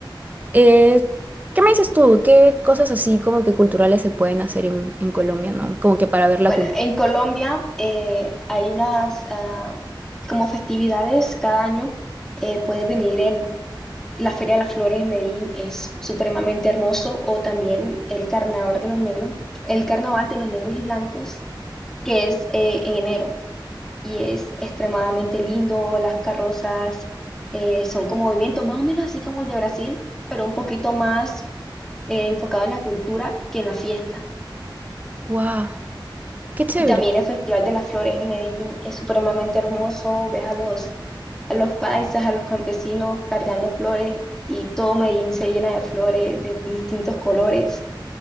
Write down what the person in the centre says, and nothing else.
Bueno,
en Colombia eh, hay unas ah, como festividades cada año. Eh, puedes venir en la Feria de las Flores en Medellín, es supremamente hermoso, o también el Carnaval de los Negros, el Carnaval de los Negros y Blancos, que es eh, en enero. y es extremadamente lindo. Las carrozas eh, son como movimientos más o menos así como el de Brasil, pero un poquito más eh, enfocado en la cultura que en la fiesta.
Y también el Festival de las Flores en Medellín es supremamente hermoso. Ves a los, a los paisas, a los campesinos cargando flores y todo Medellín se llena de flores de distintos colores